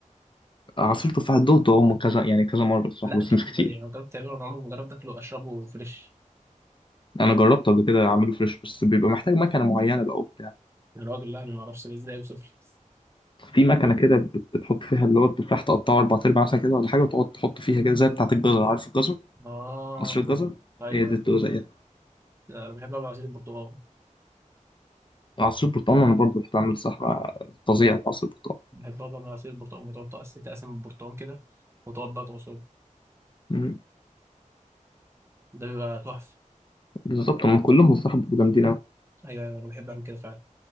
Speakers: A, on the left (about 40°); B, on the right (about 20°).
A: عصير تفاح دوقته هم كذا يعني كذا مرة بصراحة
B: لا
A: بس
B: اكيد
A: مش كتير
B: بقدر يعني أنا جربت تعمله انا عمري ما جربت اكله اشربه فريش
A: أنا جربته قبل كده أعمله فريش بس بيبقى محتاج مكنة معينة بقى وبتاع
B: يا راجل لا انا ما اعرفش ده ازاي يوصف لي
A: في مكنة كده بت- بتحط فيها اللي هو التفاح تقطعه أربع أرباع مثلا كده ولا حاجة وتقعد تحط فيها كده زي بتاعة الجزر عارف الجزر
B: اه
A: عصير الجزر
B: ايوه
A: هي دي
B: ايوه
A: بتبقى زيها
B: لا، انا بحب اعمل عصير البرتقال
A: عصير برتقال أنا برضه بحب أعمل صحراء فظيع في عصير برتقال
B: بحب اعمل عصير البرتقال بتقعد تقسم تقسم البرتقال كده وتقعد بقى تعصره
A: مم.
B: ده بيبقى تحفه
A: بالظبط هم كلهم الصراحة بيبقوا جامدين أوي
B: ايوه ايوه انا بحب اعمل كده فعلا